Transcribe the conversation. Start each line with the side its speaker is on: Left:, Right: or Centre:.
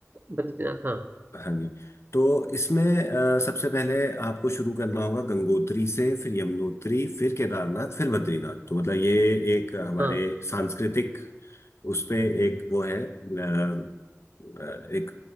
Right: बद्रीनाथ हाँ
Left: हाँ जी तो इसमें अ, सबसे पहले आपको शुरू करना होगा गंगोत्री से फिर यमुनोत्री फिर केदारनाथ फिर बद्रीनाथ तो मतलब ये एक हमारे
Right: हाँ
Left: सांस्कृतिक उस पे एक वो है अ, अ, एक